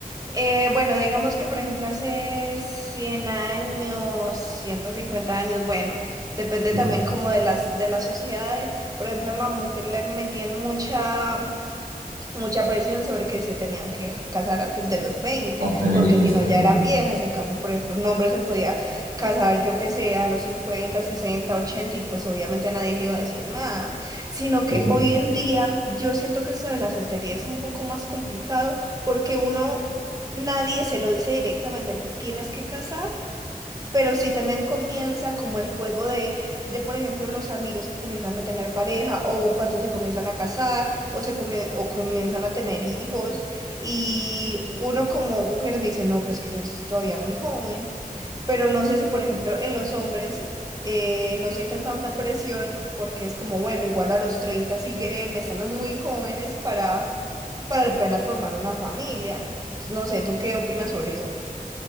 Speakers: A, on the right; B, on the right.
A: Eh, bueno, digamos que por ejemplo hace 100 años, 150 años, bueno, depende
B: Tú,
A: también como de las, de las sociedades. Por ejemplo, a la mujer le metían mucha, mucha presión sobre que se tenían que ja- casar antes de los 20
B: a tener
A: porque
B: hijos.
A: si no
B: sí,
A: ya
B: sí,
A: eran
B: no.
A: viejas. En cambio, por ejemplo, un hombre se podía casar, yo que sé, a los cincuenta sesenta ochenta y pues obviamente nadie le iba a decir nada. Sino que
B: Sí, sí.
A: hoy en día yo siento que esto de la soltería es un poco más complicado porque uno, nadie se lo dice directamente, te tienes que casar. Pero sí también comienza como el juego de, de, por ejemplo, los amigos que comienzan a tener pareja o cuando se comienzan a casar o, se come- o comienzan a tener hijos y uno como mujer dice, no, pues que yo estoy todavía muy joven, pero no sé si, por ejemplo, en los hombres eh, no sienten tanta presión porque es como, bueno, igual a los 30 siguen estando muy jóvenes para, para apenas formar una familia. Entonces, No sé, ¿tú qué opinas sobre eso?